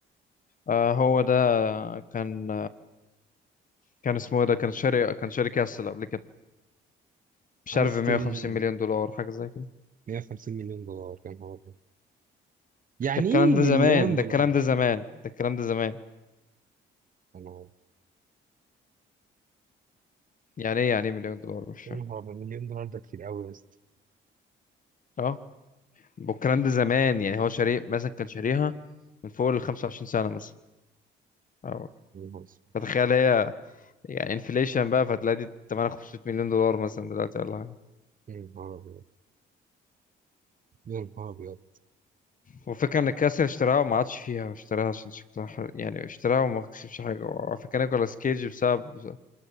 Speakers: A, on the left; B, on the right.
A: آه هو ده كان كان اسمه ايه ده كان شاري كان شاري كاسل قبل كده مش
B: عايز
A: عارف
B: اشتري
A: ب 150 مليون دولار حاجة زي كده
B: 150 مليون دولار كان هو ده. يعني
A: ده الكلام
B: ايه
A: ده
B: مليون
A: زمان
B: دولار
A: ده الكلام ده زمان ده الكلام ده زمان
B: يا نهار
A: يعني ايه يعني ايه مليون دولار مش
B: يا
A: فاهم
B: نهار أبيض، مليون دولار ده كتير قوي يا اسطى
A: اه والكلام ده زمان يعني هو شاري مثلا كان شاريها من فوق ال 25 سنة مثلا أو
B: يا نهار أسود.
A: فتخيل هي يعني انفليشن بقى فتلاقي دي 8 500 مليون دولار مثلا دلوقتي ولا حاجة
B: يا نهار أبيض. يا نهار أبيض.
A: والفكرة ان الكاسر اشتراها وما عادش فيها اشتراها عشان شكلها حلو. يعني اشتراها وما كسبش حاجة وعلى فكرة نيكولاس كيج بسبب